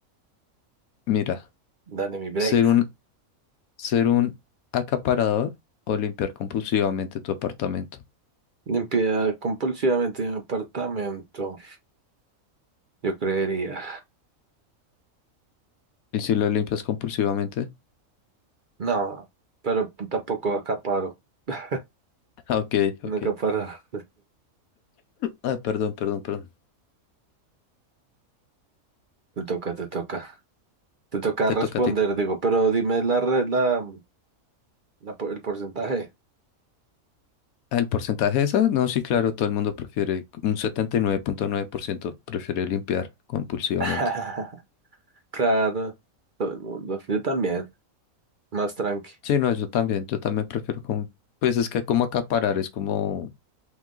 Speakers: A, on the left; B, on the right.
A: Mira,
B: dale mi break.
A: ser un, ser un acaparador o limpiar compulsivamente tu apartamento.
B: Limpiar compulsivamente mi apartamento, yo creería.
A: ¿Y si lo limpias compulsivamente?
B: No, pero tampoco acaparo. <laughs>
A: <laughs> Ah, Ok,
B: Nunca
A: ok.
B: para.
A: Ah, perdón, perdón, perdón.
B: <laughs> Te toca, te toca. Te toca
A: Te
B: responder,
A: toca a ti.
B: digo, pero dime la, re- la, la por- el porcentaje.
A: Ah, el porcentaje de esas, no, sí, claro,
B: Sí.
A: todo el mundo prefiere, un setenta y nueve nueve punto nueve por ciento prefiere limpiar compulsivamente.
B: <laughs> Claro, todo el mundo. Yo también, más tranqui.
A: Sí, no, yo también, yo también prefiero como, pues es que como acaparar, es como,